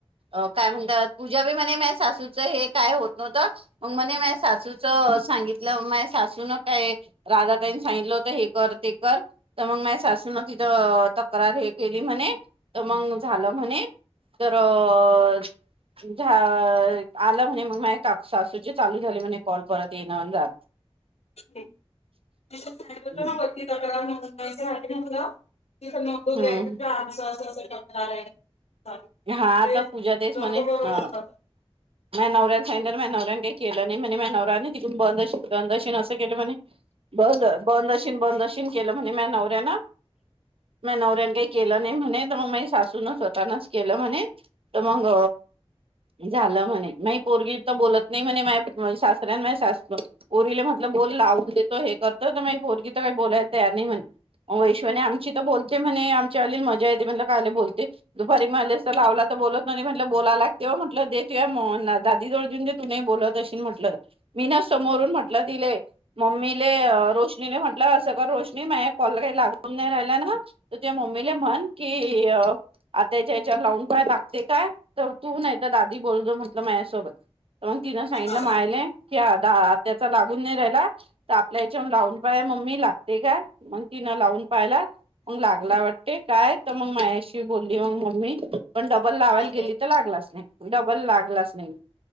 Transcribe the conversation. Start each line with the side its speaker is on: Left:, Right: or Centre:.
Right: अ काय म्हणतात पूजा बी म्हणे माय सासूच हे काय होत नव्हत मग मणे माझ सासूच सांगितल माझ सासू न काय राधा ताईनी सांगितल होत हे कर ते कर तर मग मा सासू न तिथं तक्रार हे केली म्हणे तर मग झाल म्हणे तर अ झाल आल म्हणे मग मा का सासूची चालू झाली म्हणे कॉल परत येना जान
Left: तीथ सागितल
Right: हम्म
Left: होत वरती तक्रार दाखल करण्यात तीत नेमक
Right: हम्म
Left: असं अस तक्रार आहे
Right: हा आता
Left: ते
Right: पूजा तेच
Left: लोक
Right: म्हणे
Left: बरोबर
Right: हा.
Left: करतात.
Right: माझ्या नवऱ्याला सांगितल माझ्या नवऱ्याने काय केले नाही म्हणे माझ्या नवऱ्याने <unintelligible> असं केलं म्हणे. बद बंदशीन बंदशीन केलं म्हणे मा नवऱ्यान. माया नवऱ्यानं काही केलं नाही म्हणे तर मग माझ्या सासूनं स्वतःनच केलं म्हणे त मंग झालं म्हणे नाही पोरगी इथं बोलत नाही म्हणे माया सासऱ्या माझ्या सासु पोरीले म्हण म बोल लावून देतो हे करतो तर मायी पोरगी तर काही बोलाय तयार नाही म्हणे. वैश्वनी आमची तर बोलते म्हणे आमच्या अली मजा येते म्हणे कायले बोलते. री म्हणलेस लावला तर बोलत नाही म्हटलं बोला लागते ओ म्हटलं देत म दादी जवळ देऊन देत तु नाही बोलत असशील म्हटलं मी ना समोरून म्हटलं तिले. मम्मीले रोशनीने म्हटलं असं का रोशनी माझ्या कॉल काही लागून नाही राहिला ना. तर त्या मम्मीले म्हन की अ आताच्या याच्यावर लावून पाहा लागते काय तर तू नाही तर दादी बोलतो म्हटलं माझ्यासोबत. म तिनं सांगितलं
Left: हा,
Right: मायले की दा आत्याचा लागून नाही राहिला तर आपल्या हेच्यावरनं लावून पाहे मम्मी लागते काय? मग तिने लावून पायला. मग लागला वाटते काय तर मग मायाशी बोलली मंग मम्मी, पण डबल लावायला
Left: हा.
Right: गेली तर लागलाच नाही डबल लागलाच नाही.